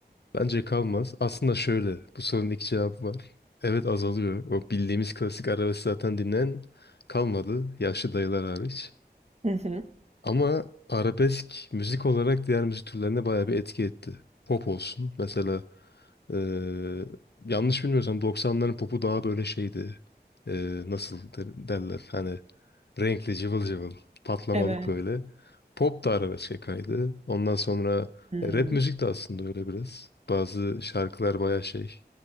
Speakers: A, on the left; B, on the right.
A: bence kalmaz aslında şöyle bu sorunun iki cevabı var. Evet azalıyor o bildiğimiz klasik arabesk zaten dinleyen kalmadı yaşlı dayılar hariç.
B: Hı hı.
A: Ama arabesk müzik olarak diğer müzik türlerine bayağı bir etki etti. Pop olsun. Mesela eee, yanlış bilmiyorsam 90'ların popu daha böyle şeydi. Eee, nasıl der- derler hani renkli cıvıl cıvıl patlamalık
B: Evet.
A: böyle. Pop da arabeske kaydı. Ondan sonra
B: Hmm.
A: e, rap müzik de aslında öyle biraz. Bazı şarkılar bayağı şey